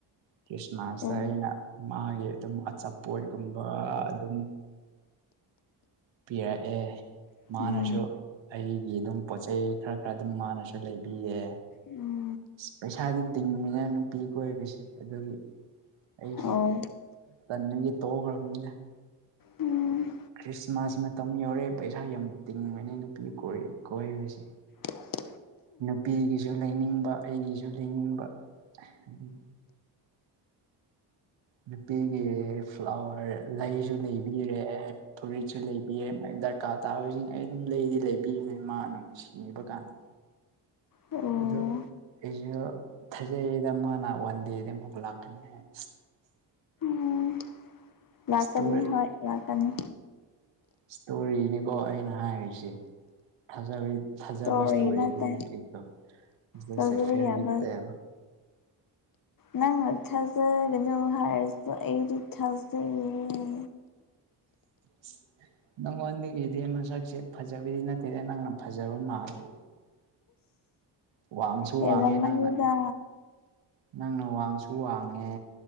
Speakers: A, on the right; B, on the left.
A: ꯈ꯭ꯔꯤꯁꯃꯁ
B: ꯑꯣ
A: ꯑꯩꯅ ꯃꯥꯒꯤ ꯑꯗꯨꯝ ꯑꯆꯥꯄꯣꯠꯒꯨꯝꯕ ꯑꯗꯨꯝ ꯄꯤꯌꯥꯏ ꯑꯦ
B: ꯎꯝ
A: ꯃꯥꯅꯁꯨ ꯑꯩꯒꯤ ꯑꯗꯨꯝ ꯄꯣꯠ ꯆꯩꯩ ꯈꯔ ꯈꯔ ꯑꯗꯨꯝ ꯃꯥꯅꯁꯨ ꯂꯩꯕꯤꯌꯦ
B: ꯎꯝ
A: ꯄꯩꯁꯥꯗꯤ ꯇꯤꯟ ꯃ ꯅꯨꯄꯤꯤ ꯀꯣꯏꯕꯤꯁꯦ ꯑꯗꯨꯒꯤ ꯑꯩꯁꯨꯟꯒꯤ
B: ꯑꯣ
A: ꯇꯧꯈ꯭ꯔꯕꯅꯤꯗ
B: ꯎꯝ
A: ꯈ꯭ꯔꯤꯁꯃꯥꯁ ꯃꯇꯝ ꯌꯧꯔꯦ ꯄꯩꯁꯥ ꯌꯥꯝ ꯇꯤꯡꯕꯅꯦ ꯅꯨꯄꯤ ꯀꯣꯏꯔꯨꯁꯦ
B: ꯍ
A: ꯅꯨꯄꯤꯒꯤꯁꯨ ꯂꯩꯅꯤꯡꯕ ꯑꯩꯒꯤꯁꯨ ꯂꯩꯅꯤꯡꯕ ꯑꯗꯒꯤ ꯅꯨꯄꯤꯒꯤ ꯐ꯭ꯂꯥꯋꯔ ꯂꯩꯁꯨ ꯂꯩꯕꯤꯔꯦ ꯐꯨꯔꯤꯠꯁꯨ ꯂꯩꯕꯤꯔꯦ ꯗꯔꯀꯥꯔ ꯇꯥꯕꯁꯤꯡ ꯑꯩ ꯑꯗꯨꯝ ꯂꯩꯔꯤ ꯂꯩꯕꯤꯔꯤꯅꯦ ꯃꯥ ꯅꯨꯡꯁꯤꯕ ꯀꯥꯟꯗ
B: ꯑꯣ
A: ꯑꯗꯨꯗ ꯑꯩꯁꯨ ꯊꯥꯖꯩꯗ ꯃꯥꯅ ꯋꯥꯟꯗꯦꯗꯤ ꯑꯃꯨꯕꯨ ꯂꯥꯛꯀꯅꯤ ꯍꯥꯏ
B: ꯎꯝ ꯂꯥꯛꯀꯅꯤ
A: ꯏꯁꯇꯣꯔꯤ
B: ꯍ ꯂꯥꯛꯀꯅꯤ
A: ꯏꯁꯇꯣꯔꯤꯅꯤꯀꯣ ꯑꯩꯅ ꯍꯥꯏꯔꯤꯁꯦ ꯊꯖ ꯊꯥꯖꯕ
B: ꯇꯧꯔꯤ
A: ꯏꯁꯇꯣꯔꯤꯗꯤ
B: ꯅꯠꯇꯦ
A: ꯅ ꯇꯀꯣꯁꯦ
B: ꯊꯥꯖꯕ
A: ꯐꯦꯚꯔꯤꯠ
B: ꯌꯥꯕ
A: ꯇ
B: ꯅꯪꯅ ꯊꯥꯖꯒꯅꯨ ꯍꯥꯏꯔꯁꯨ ꯑꯩꯗꯤ ꯊꯥꯖꯩꯔꯦ
A: <inaudible> ꯅꯪꯉꯣꯟꯗꯒꯤꯗꯤ ꯃꯁꯛꯁꯦ ꯐꯖꯕꯗꯤ ꯅꯠꯇꯦꯗ ꯅꯪꯅ ꯐꯖꯕ ꯃꯥꯜꯂꯦ ꯋꯥꯡꯁꯨ
B: ꯑꯦꯂ
A: ꯋꯥꯡꯉꯦ
B: ꯃꯅꯤꯗꯥ
A: ꯅꯪꯅ ꯅꯪꯅ ꯋꯥꯡꯁꯨ ꯋꯥꯡꯉꯦ